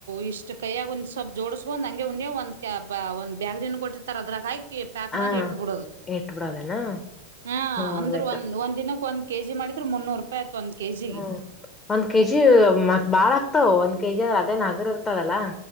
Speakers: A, on the right; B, on the left.
A: ಇಷ್ಟ್ ಕೈಯಾಗ್ ಒಂದ್ ಸ್ವಪ್ ಜೋಡುಸ್ ಒಂದ್ ಹಂಗೆ ಉಂದ್ಯ ಒಂದ್ ಅಬ್ಬಾ ಒಂದ್ ಬ್ಯಾಗ್ ಡಿನು ಕೊಟ್ಟಿರ್ತರ್ ಅದ್ರಾಗ್ ಹಾಕ್ ಕಿ ಪ್ಯಾಕ್
B: ಹ
A: ಮಾಡ್ ಇಟ್ಟ ಬಿಡೋದ್
B: ಇಟ್ಬಿಡೋದೇನಾ
A: ಹ
B: ನೋಡ್ಬೇಕ
A: ಅಂದ್ರ ಒಂದ್ ಒಂದಿನಕ್ ಒಂದ್. ಕೆ ಜಿ ಮಾಡಿದ್ರೆ ಮುನ್ನೂರು ರೂಪಾಯಿ ಆತು ಒಂದ್ ಕೆ ಜಿಗೆ.
B: ಹ್ಮ್ ಒಂದ್ ಕೆಜಿ ಮತ್ ಬಾಳ ಆಕ್ತವ ಒಂದ್ ಕೆಜಿ ಅದೇ ನಗ್ರ ಇರ್ತದಲ್ಲಾ.